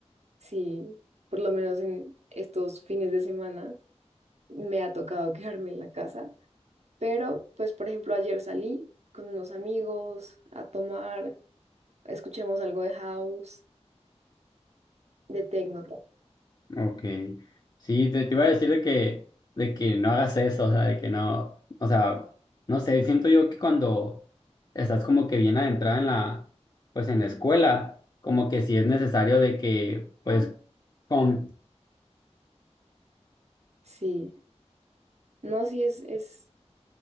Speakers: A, on the right; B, on the left.
A: sí, por lo menos en estos fines de semana me ha tocado <laughs> quedarme en la casa. Pero, pues, por ejemplo, ayer salí con unos amigos a tomar escuchamos algo de house, de techno.
B: Ok. Sí, te, te iba a decir de que, de que no hagas eso, o sea, de que no, o sea, no sé, siento yo que cuando estás como que bien adentrada en la, pues en la escuela, como que sí es necesario de que, pues, con,
A: Sí, no, sí es, es